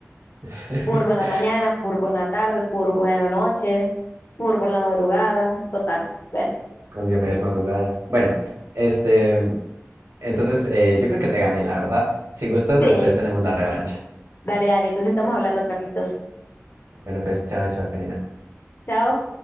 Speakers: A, on the right; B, on the left.
A: <laughs>
B: Furbo en la mañana, furbo en la tarde, furbo en la noche, furbo en la madrugada, total. Bueno,
A: Con medias madrugadas. Bueno, este. Entonces, eh, yo creo que te gané, la verdad. Si gustas,
B: sí,
A: después tenemos la revancha.
B: dale, dale. Entonces estamos hablando, Carlitos.
A: Bueno, pues, chao, chao, Karina.
B: Chao.